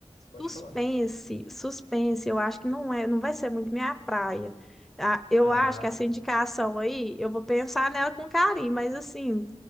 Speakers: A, on the left (about 85°); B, in the centre.
A: Pode
B: Suspense,
A: falar.
B: suspense, eu acho que não é, não vai ser muito minha praia. Ah, eu
A: A,
B: acho que essa indicação aí, eu vou pensar nela com carinho, mas assim.